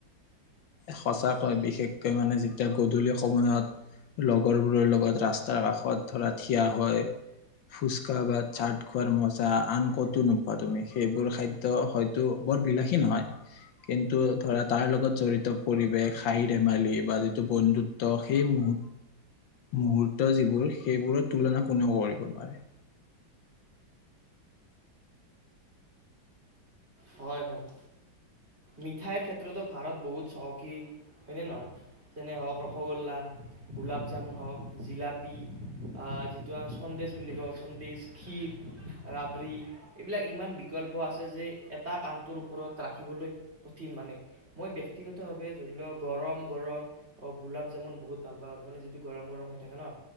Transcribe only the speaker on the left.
সঁচাকৈ বিশেষকে মানে যেতিয়া গধূলি সময়ত লগৰবোৰৰ লগত ৰাস্ তাৰ কাষত ধৰা ঠিয়া হৈয় ফুচকা বা চাট খোৱাৰ মজা আন কতো নোপোৱা তুমি সেইবোৰ খাদ্ ত' হয়তো বৰ বিলাসী নহয় কিন্তু ধৰা তাৰ লগত জড়িত পৰিৱেশ হাঁহি ধেমালি বা যিটো বন্ধুত্ব সেই মুহু মুহূুৰ্ত যিবোৰ সেইবোৰৰ তুলনা কোনেও কৰিব নোৱাৰে!